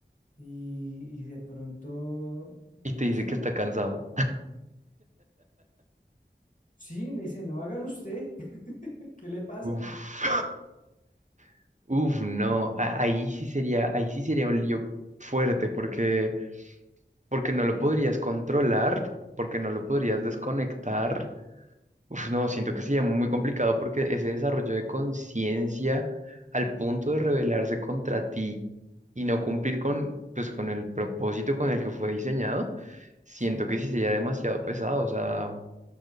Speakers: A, on the left; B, on the right.
A: Y, y de pronto, no
B: y te dice
A: sé.
B: que está cansado.
A: Sí, me dice, no, hágalo usted. <laughs> ¿Qué le pasa?
B: Uf, <laughs> uf, no, a- ahí sí sería, ahí sí sería un lío fuerte, porque porque no lo podrías controlar, porque no lo podrías desconectar. Uf, no, siento que sería muy complicado porque ese desarrollo de conciencia al punto de rebelarse contra ti y no cumplir con, pues, con el propósito con el que fue diseñado, siento
A: Sí,
B: que sí sería demasiado pesado. O sea,